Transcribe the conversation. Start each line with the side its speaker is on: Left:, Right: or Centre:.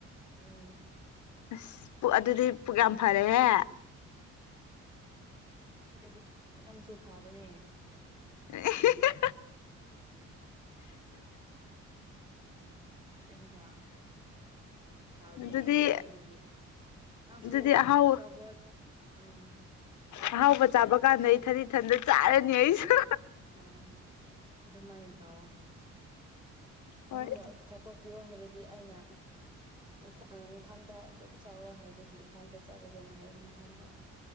Right: ꯎꯝ
Left: ꯑꯁ ꯑꯗꯨꯗꯤ ꯄꯨꯛ ꯌꯥꯝ ꯐꯔꯦꯍꯦ
Right: ꯍꯥꯏꯗꯤ ꯃꯇꯝꯁꯨ ꯐꯕꯅꯦ
Left: <unintelligible>
Right: ꯑꯁꯦꯡꯕ ꯐꯕꯅꯦ
Left: ꯑꯗꯨꯗꯤ
Right: ꯑꯗꯨ ꯑꯣꯏꯕꯒꯤ ꯅꯪꯁꯨ
Left: ꯑꯗꯨꯗꯤ ꯑꯍꯥꯎ
Right: ꯑꯆꯥꯧꯕꯣꯠ ꯎꯝ ꯍꯥꯏꯔꯛꯑꯣ
Left: ꯑꯍꯥꯎꯕ ꯆꯥꯕ ꯀꯥꯟꯗ ꯑꯩ ꯊꯟꯗꯤ ꯏꯊꯟꯗ ꯆꯥꯔꯅꯤ ꯑꯩꯁꯨ
Right: ꯑ ꯑꯗꯨꯃꯥꯏꯟ ꯇ ꯋꯥ
Left: ꯍꯣꯏ
Right: ꯍꯗ ꯆꯄ ꯄꯤꯌꯑꯣ ꯍꯥꯏꯔꯦ ꯗꯤ ꯑꯩꯅ ꯏꯊꯟꯗ ꯑꯗꯨꯝ ꯆꯥꯎꯋ ꯍꯥꯏꯕꯒꯤ ꯏꯊꯟꯗꯠ ꯆꯠꯔꯒꯦꯅ ꯍꯥꯏꯌ ꯏꯊꯟꯗ